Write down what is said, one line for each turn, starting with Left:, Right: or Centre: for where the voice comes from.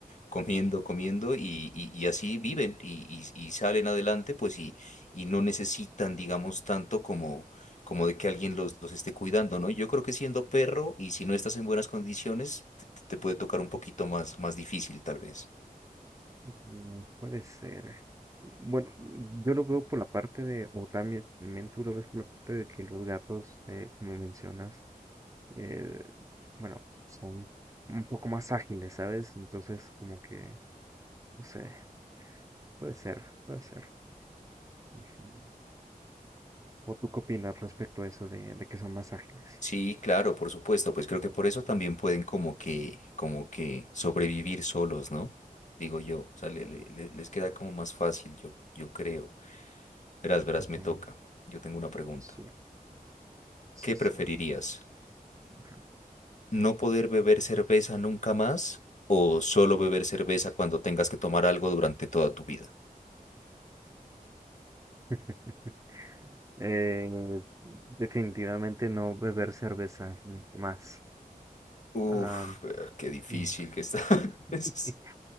Left: comiendo, comiendo y, y- y así viven y, y- y salen adelante, pues y, y no necesitan, digamos, tanto como, como de que alguien los, los esté cuidando, ¿no? Yo creo que siendo perro y si no estás en buenas condiciones, te, te- te puede tocar un poquito más, más difícil tal vez.
Right: Mm, Puede ser. Bueno, yo lo veo por la parte de, o también, también tú lo ves por la parte de que los gatos, eh, como mencionas, eh, bueno, son un poco más ágiles, ¿sabes? Entonces, como que, no sé, puede ser, puede ser. Ujú. ¿O tú qué opinas respecto a eso de, de que son más ágiles?
Left: Sí, claro, por supuesto, pues creo que por eso también pueden como que, como que sobrevivir solos, ¿no? Digo yo, o sea, le- le- le- les queda como más fácil, yo, yo creo. Verás, verás,
Right: Ujú,
Left: me toca.
Right: ujú.
Left: Yo tengo una pregunta.
Right: Sí, sí,
Left: ¿Qué preferirías?
Right: sí. Ujú.
Left: no poder beber cerveza nunca más o solo beber cerveza cuando tengas que tomar algo durante toda tu vida?
Right: <laughs> Eh, definitivamente no beber cerveza nunca más.
Left: Uf,
Right: Ah,
Left: eh, qué difícil
Right: mm.
Left: que está. <laughs>
Right: <laughs>
Left: Es